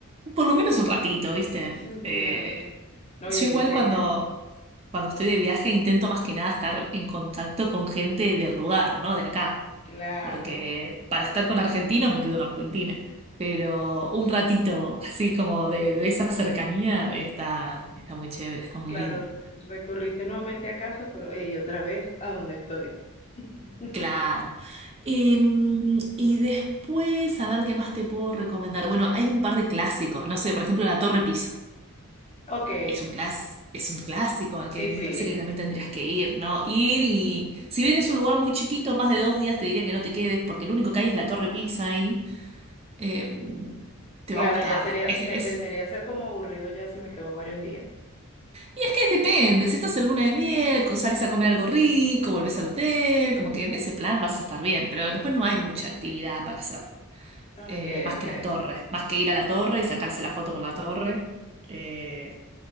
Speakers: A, on the right; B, on the left.
A: por lo menos un ratito, ¿viste?
B: Mm,
A: Eh,
B: Claro. No,
A: Yo
B: y allí
A: igual
B: sería,
A: cuando, cuando estoy de viaje intento más que nada estar en contacto con gente del lugar, ¿no? De acá.
B: claro,
A: Porque para estar con argentinos me quedo en Argentina. Pero un ratito así como de, de esa cercanía está, está muy chévere, está muy
B: claro,
A: lindo.
B: recurriste nuevamente a casa, pero hey, otra vez a donde estoy. <laughs>
A: Claro. Em, y después, a ver qué más te puedo recomendar. Bueno, hay un par de clásicos, no sé, por ejemplo, la Torre Pisa.
B: Ok,
A: es un clas- es un clásico al que
B: sí,
A: me
B: sí.
A: parece que también tendrías que ir, ¿no? Ir y si bien es un lugar muy chiquito, más de dos días te diría que no te quedes porque lo único que hay es la Torre Pisa ahí. eh, te
B: Claro,
A: va a gustar.
B: ya sería,
A: Es, es-
B: me tendería a ser como aburrido ya si me quedo varios días.
A: y es que depende, si estás en luna de miel, co- salís a comer algo rico, volvés al hotel, como que en ese plan vas a estar bien, pero después no hay mucha actividad para hacer.
B: Ok,
A: eh, más
B: ok.
A: que la torre, más que ir a la torre y sacarse la foto con la torre. eh,